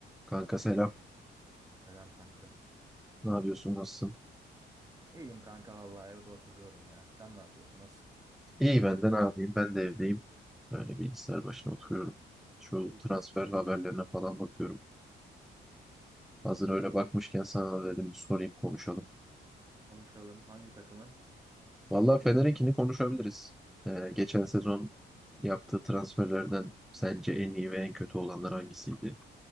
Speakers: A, in the centre; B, on the right (about 15°).
A: Kanka selam.
B: Selam kanka.
A: Ne yapıyorsun? Nasılsın?
B: İyiyim kanka vallahi evde oturuyorum ya. Sen ne yapıyorsun? Nasıl?
A: İyi ben de ne yapayım? Ben de evdeyim. Öyle bilgisayar başına oturuyorum. Şu
B: İyi
A: transfer
B: kanka.
A: haberlerine falan bakıyorum. Hazır öyle bakmışken sana da dedim bir sorayım konuşalım.
B: Konuşalım. Hangi takımın?
A: Vallahi Fener'inkini konuşabiliriz. Ee, geçen sezon yaptığı transferlerden sence en iyi ve en kötü olanlar hangisiydi?